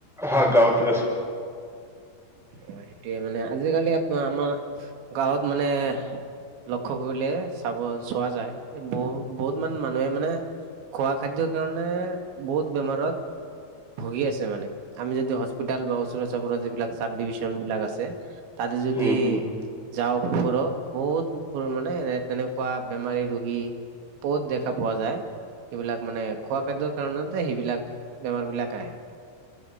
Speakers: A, in the centre; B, on the right.
A: হয় গাঁৱতে আছে
B: হয় সেইটোয়ে মানে আজিকালি আপোনাৰ আমাৰ গাঁৱত মানে লক্ষ্য কৰিলে চাব চোৱা যায় বহুত বহুত মান মানুহে মানে খোৱা খাদ্যৰ কাৰণে বহুত বেমাৰত ভুগি আছে মানে আমি যদি হস্পিতেল বা ওচৰ চুবুৰীৰে যিবিলাক চাব ডিভিশন বিলাক আছে তাতে যদি
A: উম হম
B: যাওঁ ফুৰো বহুতবোৰ মানে এনে তেনেকোৱা বেমাৰী ৰোগী বহুত দেখা পোৱা যায় সেইবিলাক মানে খোৱা খাদ্যৰ কাৰণতহে সেইবিলাক বেমাৰ বিলাক আহে